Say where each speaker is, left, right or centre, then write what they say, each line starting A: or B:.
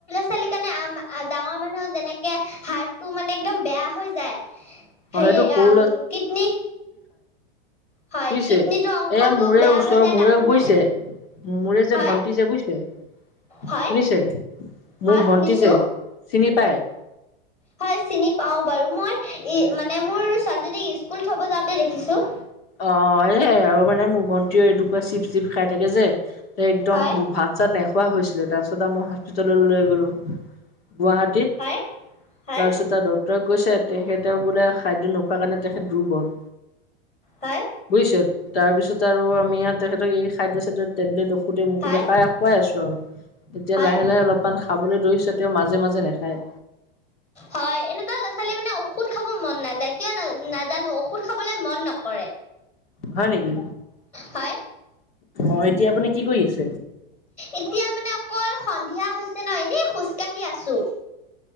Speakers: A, on the left (about 20°); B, on the left (about 80°).
A: ছোৱালী কাৰনে আম আ ডাঙৰ মানুহৰ যেনেকে হাৰট তটো মানে একদম বেয়া হৈ যায় হে
B: সেইটো সৰু
A: আম কিডনী হয়
B: বুইছে
A: কিডনীটো অংশটো
B: এয়া মূৰে
A: বেয়া
B: ওচৰৰ
A: হৈ যায়
B: মূৰে
A: ডাঙৰ মানুহৰ
B: বৈছে
A: সেনেকে
B: মোৰে যে
A: হয়
B: ভণ্টি যে বুইছে
A: হয়
B: শুনিছে
A: হয়
B: মোৰ ভন্টি
A: শুনিছো
B: যে চিনি পায়?
A: হয়, চিনি পাও বাৰু মই ই মানে মোৰ ছোৱালীজনীক স্কুল থব যাওঁতে দেখিছো।
B: অহ, এ' আৰু মানে মোৰ ভণ্টি এটুকুৰা চিপচ খাই থাকে যে একদম
A: হয়
B: বু ভাত -চাত নে খোৱা হৈছিলে তাৰপিছত মই হস্পিতাল লৈ গ'লো গুৱাহাটীত।
A: হয় হয়
B: তাৰপিছতে ডক্টৰৰে কৈছে তেখেতে বোলে খাদ্য নোখোৱাৰ কাৰণে তেখেত দুৰ্বল
A: হয়
B: বুইছে তাৰপিছত আৰু আমি তেখেতক এই খাদ্য -চাদ্যৰ টেবলেট অসুধে -মুসুধে
A: হয়
B: খাই খুৱাই আছো আও। এতিয়া
A: হয়
B: লাহে- লাহে অলপমান খাবলৈ ধৰিছে তেওঁ মাজে -মাজে নেখায়।
A: হয়, এনেকুৱা ল'ৰা -ছোৱালী মানে ঔষধ খাব মন নাযায়। কিয় না -নাজানো ঔষধ খাবলৈ মন নকৰে।
B: হয়, নেকি
A: হয়
B: অ' এতিয়া আপুনি কি কৰি আছে?
A: এতিয়া মানে অকল সন্ধিয়া হৈছে ন' এনেই খোজকাঢ়ি আছো।